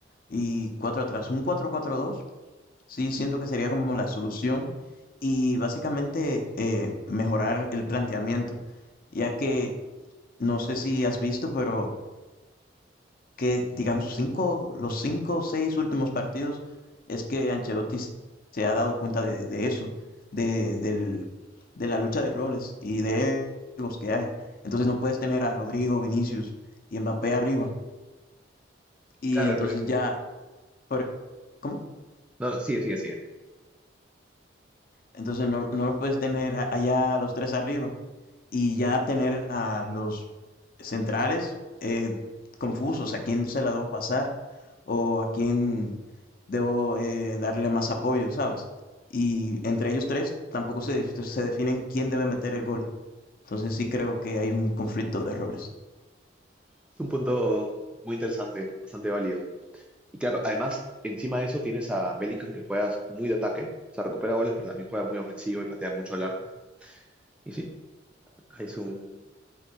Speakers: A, on the left (about 45°); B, in the centre.
A: y cuatro atrás, un cuatro cuatro dos Sí, siento que sería como la solución y básicamente eh, mejorar el planteamiento, ya que no sé si has visto, pero que digamos cinco, los cinco o seis últimos partidos es que Ancelotti s- se ha dado cuenta de, de eso, de, del- de la lucha de roles y de egos que hay. Entonces no puedes tener a Rodrigo, Vinicius y Mbappé arriba y
B: Claro,
A: entonces
B: el problema...
A: ya, por- ¿cómo?
B: No, no, sigue, sigue, sigue.
A: Entonces no, no los puedes tener a- allá a los tres arriba y ya tener a los centrales eh, confusos, a quién se la debo pasar o a quién debo eh, darle más apoyo, ¿sabes? Y entre ellos tres tampoco se, def- se definen quién debe meter el gol. Entonces sí creo que hay un conflicto de roles.
B: Es un punto muy interesante, bastante válido. Y claro, además, encima de eso tienes a Bellingham que juega muy de ataque, o sea, recupera bolas, pero también juega muy ofensivo y patea mucho largo. Y sí, ahí es un,